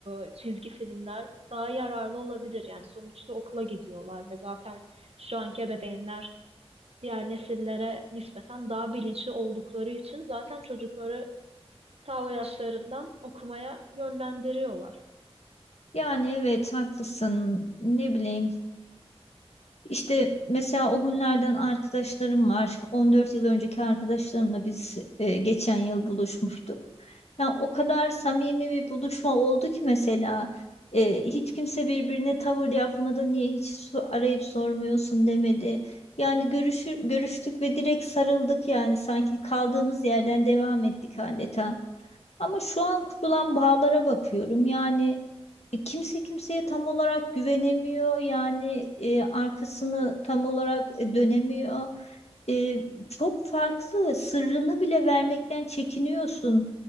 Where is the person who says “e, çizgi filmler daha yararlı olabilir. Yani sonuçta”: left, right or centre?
Right